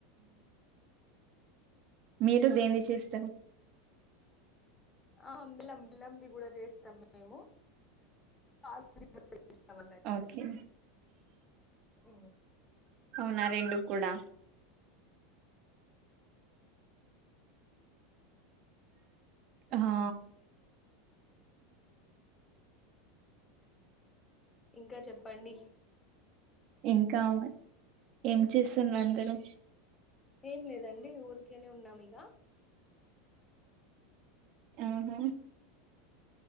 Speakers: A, on the right; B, on the left.
A: మీరు దేమ్ది చేస్తరు
B: ఆ బెల్లం బెల్లంది కూడ చేస్తం మీ మేము పాలతో చేస్తం అన్నట్టు
A: ఓకే
B: ఓ
A: అవునా రెండు కూడా హా
B: ఇంకా చెప్పండి
A: ఇంకా ఏం చేస్తున్నరు అందరూ
B: ఏం లేదండి ఊర్కెనే ఉన్నాం ఇగ
A: ఆహా